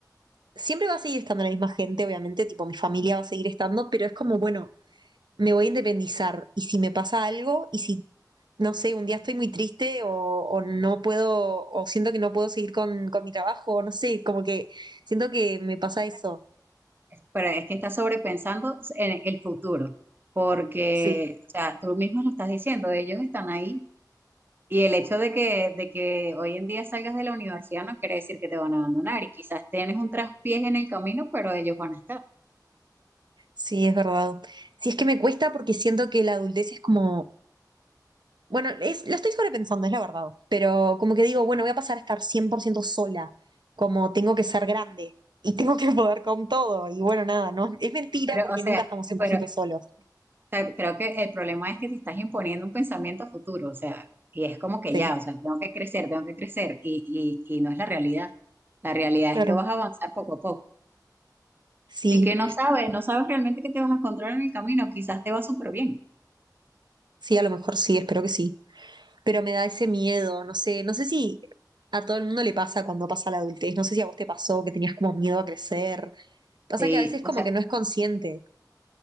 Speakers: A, on the right; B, on the right.
A: siempre va a seguir estando la misma gente, obviamente, tipo, mi familia va a seguir estando, pero es como, bueno, me voy a independizar y si me pasa algo y si, no sé, un día estoy muy triste o, o no puedo, o siento que no puedo seguir con, con mi trabajo, no sé, como que siento que me pasa eso.
B: pero es que estás sobrepensando en el futuro, porque,
A: Sí,
B: o sea, tú mismo lo estás diciendo, ellos están ahí. Y el hecho de que, de que hoy en día salgas de la universidad no quiere decir que te van a abandonar y quizás tienes un traspiés en el camino, pero ellos van a estar.
A: sí, es verdad. Sí, es que me cuesta porque siento que la adultez es como Bueno, es, lo estoy sobrepensando, es la verdad. Pero como que digo, bueno, voy a pasar a estar 100% sola, como tengo que ser grande y tengo que poder con todo. Y bueno, nada, no, es mentira
B: Pero,
A: porque
B: o sea,
A: nunca estamos cien
B: pero
A: por ciento
B: o
A: solos.
B: sea, creo que el problema es que te estás imponiendo un pensamiento a futuro, o sea, y es como que
A: Sí,
B: ya, o sea, tengo que crecer, tengo que crecer, y, y, y no es la realidad. La realidad
A: claro.
B: es que vas a avanzar poco a poco.
A: Sí,
B: Y que no sabes, no sabes realmente qué te vas a encontrar en el camino, quizás te va súper bien.
A: sí, a lo mejor sí, espero que sí. Pero me da ese miedo, no sé, no sé si a todo el mundo le pasa cuando pasa la adultez, no sé si a vos te pasó que tenías como miedo a crecer. Pasa
B: Sí,
A: que a veces como
B: O sea,
A: que no es consciente.